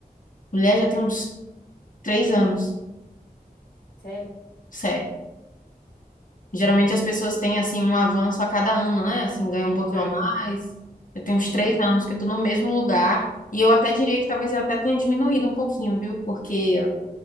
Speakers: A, on the left; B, on the left.
A: Mulher, já tem uns três anos.
B: Sério?
A: sério. Geralmente as pessoas têm assim um avanço a cada ano, né? Assim, ganham um pouquinho
B: É,
A: a mais. Eu tenho uns
B: é,
A: três anos que eu tô no mesmo lugar e eu até diria que talvez eu até tenha diminuído um pouquinho, viu? Porque